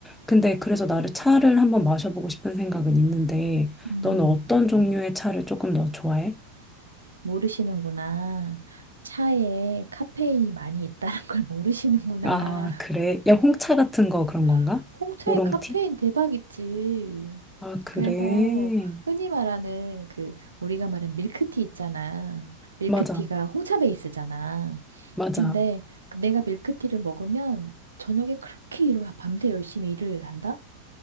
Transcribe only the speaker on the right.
음,
모르시는구나. 차에 카페인이 많이 있다는 걸 모르시는구나.
<laughs> 홍차에
카페인 대박이지.
그래서 흔히 말하는 그 우리가 말하는 밀크티 있잖아. 밀크티가
홍차 베이스잖아.
근데 내가 밀크티를 먹으면 저녁에 그렇게 일을 밤새 열심히 일을 한다?